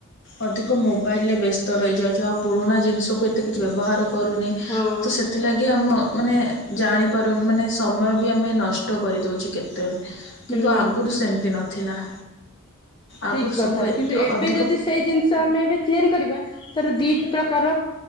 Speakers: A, on the left; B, on the left.
A: ଅଧିକ ମୋବାଇଲରେ ବ୍ୟସ୍ତ ରହିଯାଉଛୁ ଆଉ ପୁରୁଣା ଜିନିଷକୁ ଏତେ କିଛି ବ୍ୟବହାର କରୁନେ
B: ହଁ
A: ତ ସେଥିଲାଗି ଆମ ମାନେ ଜାଣିପାରୁନି ମାନେ ସମୟ ବି ଆମେ ନଷ୍ଟ କରିଦେଉଛେ କେତେ
B: ହୁଁ
A: କିନ୍ତୁ ଆଗରୁ ସେମତି ନଥିଲା ଆଗରୁ
B: ଠିକ କଥା
A: ସବୁ
B: କିନ୍ତୁ ଏବେ
A: ଅଧିକ
B: ଯଦି ସେଇ ଜିନିଷ ଆମେ ଏବେ ତିଆରି କରିବା ତାର ଦି ପ୍ରକାର